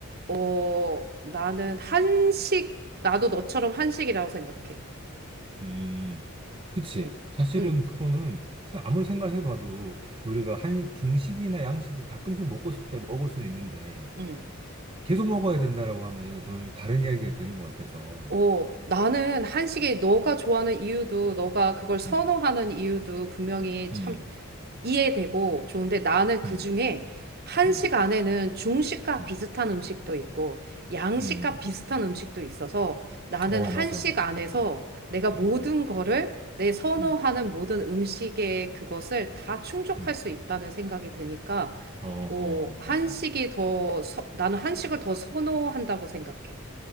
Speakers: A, on the right; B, on the right.
A: 어 나는 한식 나도 너처럼 한식이라고 생각해.
B: 음, 그치.
A: 응,
B: 사실은
A: 응,
B: 그거는 사- 아무리 생각해봐도 우리가 한 중식이나 양식을 가끔씩 먹고 싶다 먹을 수는 있는데
A: 응.
B: 계속 먹어야 된다라고 하면 이거 전혀 다른 이야기가 되는 것 같아서.
A: 어, 나는 한식이 너가 좋아하는 이유도, 너가 그걸 선호하는
B: 음,
A: 이유도 분명히
B: 음,
A: 참 이해되고 좋은데 나는 그중에
B: 음,
A: 한식
B: 음,
A: 안에는 중식과
B: 음,
A: 비슷한 음식도 있고 양식과
B: 음.
A: 비슷한 음식도 있어서 나는
B: 어,
A: 한식
B: 맞아, 맞아.
A: 안에서
B: 음,
A: 내가 모든
B: 음,
A: 거를 내 선호하는
B: 음,
A: 모든 음식의 그것을 다 충족할
B: 음.
A: 수 있다는 생각이 드니까
B: 어, 어,
A: 어, 한식이
B: 맞아.
A: 더, 서- 나는 한식을 더 선호한다고 생각해.